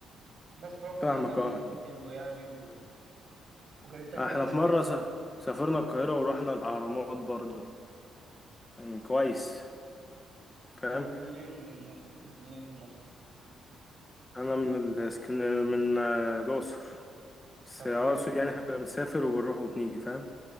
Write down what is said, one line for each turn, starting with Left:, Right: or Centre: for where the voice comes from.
Right: بس فهو كان
Left: فاهمك
Right: مكان
Left: اه
Right: حلو يعني و... وكانت تجربة
Left: احنا
Right: كويسة
Left: في مرة س- سافرنا القاهرة ورحنا الأهرامات برضو كان كويس فاهم
Right: يعني أنت منين من مصر؟ أنت منين في مصر؟
Left: فأنا من الاسكن من آه، الأقصر بس
Right: طب
Left: أقصد
Right: حلو والله
Left: يعني احنا كنا بنسافر وبنروح وبنيجي فاهم